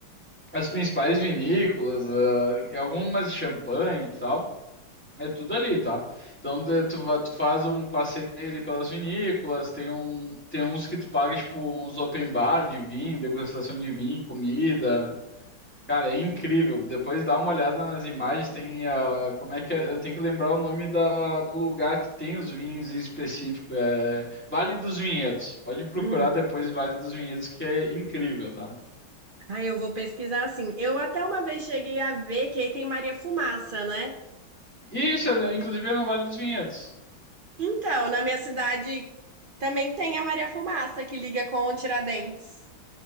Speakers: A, in the centre; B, on the right.
A: As principais vinícolas, ah, e algumas de champanhe e tal. É tudo ali, tá? Então de- tu, va- tu faz um passeio ali pelas vinícolas, tem, um, tem uns que tu paga, tipo, uns open bar de vinho, degustação de vinho, comida. Cara, é incrível. Depois dá uma olhada nas imagens, tem a. Como é que é? Eu tenho que lembrar o nome da, do lugar que tem os vinhos em específico. É Vale dos Vinhedos. Pode procurar
B: Hum.
A: depois Vale dos Vinhedos, que é incrível, tá?
B: Aí eu vou pesquisar assim. Eu até uma vez cheguei a ver que aí tem Maria Fumaça, né?
A: Isso, é, inclusive é no Vale dos Vinhedos.
B: Então, na minha cidade também tem a Maria Fumaça que liga com o Tiradentes.